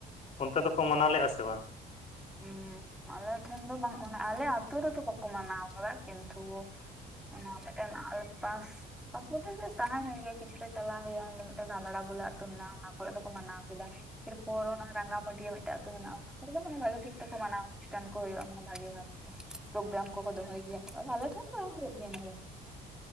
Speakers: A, on the left; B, in the centre.
A: ᱚᱱᱛᱮ ᱫᱚᱠᱚ ᱢᱟᱱᱟᱣ ᱞᱮᱜ-ᱟ ᱥᱮ ᱵᱟᱝ
B: ᱦᱮᱸ ᱟᱞᱮ ᱴᱷᱮᱱ ᱫᱚ ᱵᱟᱝ ᱢᱟᱱᱮ ᱟᱞᱮ ᱟᱹᱛᱳ ᱨᱮᱫᱚ ᱵᱟᱠᱚ ᱢᱟᱱᱟᱣ ᱟᱠᱟᱫᱟ ᱠᱤᱱᱛᱩ ᱚᱱᱟ ᱢᱤᱫᱴᱮᱱ ᱟᱞᱮ ᱯᱟᱥ <unintelligible> ᱥᱟᱦᱟ ᱧᱚᱜ ᱜᱮᱭᱟ ᱠᱤᱪᱷᱩ ᱴᱟᱜ ᱪᱟᱞᱟᱣ ᱦᱩᱭᱩᱜ-ᱟ ᱚᱸᱰᱮ ᱢᱤᱫᱴᱮᱱ ᱫᱷᱟᱸᱲᱟ ᱵᱚᱞᱮ ᱟ ᱟᱹᱛᱳ ᱢᱮᱱᱟᱜ ᱚᱱᱟ ᱠᱚᱨᱮ ᱫᱚᱠᱚ ᱢᱟᱱᱟᱣ ᱠᱮᱫᱟ ᱮᱨᱯᱚᱨ ᱚᱱᱟ ᱨᱟᱸᱜᱟᱢᱟᱹᱴᱤᱭᱟᱹ ᱢᱤᱫᱴᱮᱡ ᱟᱹᱛᱩ ᱢᱮᱱᱟᱜ-ᱟ ᱚᱱᱟ ᱠᱚ ᱫᱚ ᱱᱚᱜ-ᱚᱭ ᱴᱷᱤᱠ ᱛᱮᱠᱚ ᱢᱟᱱᱟᱣᱟ ᱚᱱᱩᱥᱴᱷᱟᱱ ᱠᱚ ᱦᱩᱭᱩᱜ-ᱟ ᱢᱟᱱᱮ ᱵᱷᱟᱜᱤ ᱵᱷᱟᱵ ᱛᱮ ᱯᱨᱳᱜᱨᱟᱢ ᱠᱚᱠᱚ ᱫᱚᱦᱚᱭ ᱜᱮᱭᱟ ᱛᱚ ᱟᱫᱚ ᱟᱞᱮ ᱴᱷᱮᱱ ᱵᱟᱝ ᱦᱩᱭᱩᱜ ᱜᱮᱭᱟ ᱱᱚ ᱫᱚ